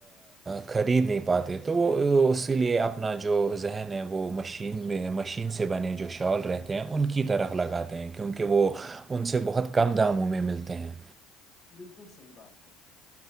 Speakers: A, on the right; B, on the left.
A: خرید نہیں پاتے تو وہ اسی لیئے اپنا جو ذہن ہے وہ مشین مشین میں مشین سے بنے جو شال رہتے ہیں ان کی طرح لگاتے ہیں کیونکہ وہ ان سے بہت کم داموں میں ملتے ہیں
B: بالکل صحیح بات ہے